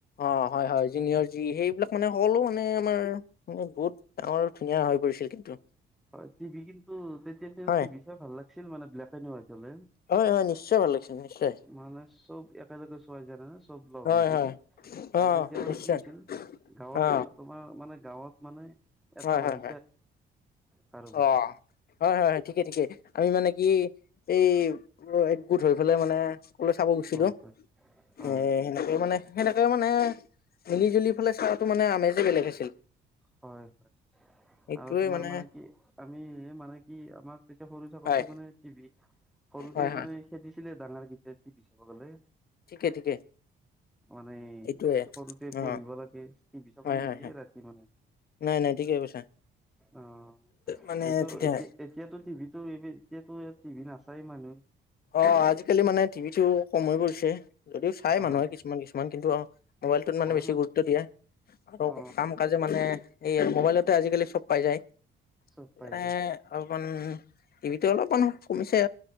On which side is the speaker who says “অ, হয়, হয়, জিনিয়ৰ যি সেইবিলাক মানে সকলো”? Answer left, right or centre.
Left